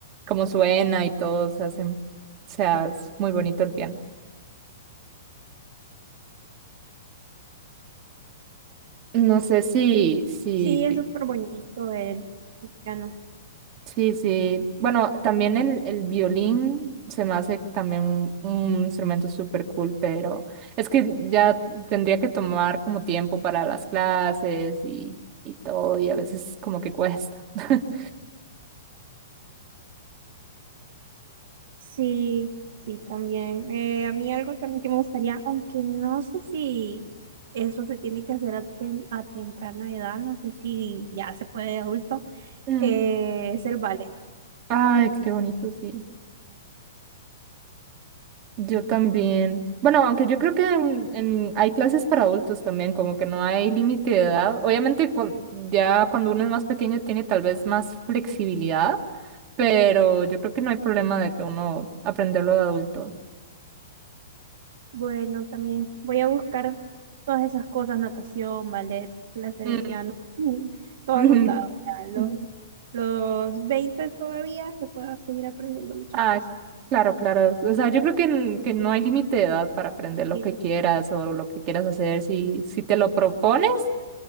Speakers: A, on the right; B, on the right.
A: como suena y todo, se hace, o sea, es muy bonito el piano. No sé si, si,
B: Sí, es
A: ti-
B: súper bonito el piano.
A: Sí, sí. Bueno, también el, el violín se me hace también un, un instrumento súper cool, pero es que ya tendría que tomar como tiempo para las clases y, y todo, y a veces como que cuesta. <laughs>
B: Sí, sí, también. Eh, a mí algo también que me gustaría, aunque no sé si eso se tiene que hacer a, tem- a temprana edad, no sé si ya se puede de adulto,
A: Mm.
B: eh, es el ballet.
A: Ay, qué bonito, sí. Yo también. Bueno, aunque yo creo que en, en- hay clases para adultos también, como que no hay límite de edad. Obviamente, cuan- ya cuando uno es más pequeño tiene tal vez más flexibilidad. pero yo creo que no hay problema de que uno aprenderlo de adulto.
B: Bueno, también voy a buscar todas esas cosas, natación, ballet, clase
A: Mm,
B: de piano, mm, todo
A: <laughs>
B: anotado. ya, Los,
A: ujú.
B: los 20 todavía se puede seguir aprendiendo muchas
A: Ah,
B: cosas.
A: claro, claro. O sea, yo creo que, n- que no hay límite de edad para aprender lo
B: Sí.
A: que quieras o lo que quieras hacer. Si, si te lo propones,